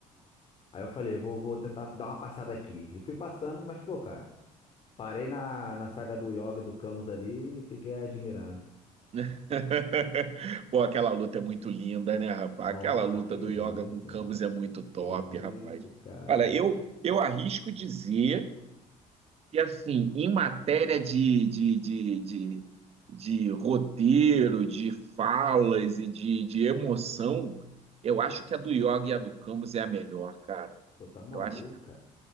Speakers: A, on the left; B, on the right.
A: Aí eu falei, vou, vou tentar dar uma passada aqui. E fui passando, mas, pô, cara, parei na, na saga do Yoga do Camus ali e fiquei admirando.
B: <laughs> Pô, aquela luta é muito linda, né, rapaz?
A: Ó,
B: Aquela luta
A: que
B: do Yoga
A: isso,
B: com o Camus
A: mano.
B: é muito top,
A: Que isso,
B: rapaz.
A: cara.
B: Olha, eu, eu arrisco dizer. E assim, em matéria de, de, de, de, de roteiro, de falas e de, de emoção, eu acho que a do Yoga e a do Camus é a melhor, cara.
A: Pô, tá maluco,
B: Eu acho que
A: cara.